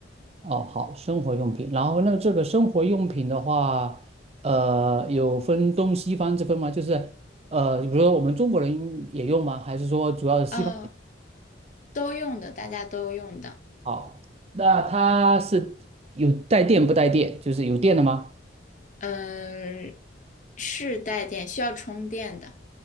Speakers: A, on the right; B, on the left.
A: 哦，好，生活用品。然后那这个生活用品的话，呃，有分东西方之分吗？就是呃，比如说我们中国人也用吗？还是说主要是西方？
B: 呃，都用的，大家都用的。
A: 好，那它是有带电不带电？就是有电的吗？
B: 嗯、是带电，需要充电的。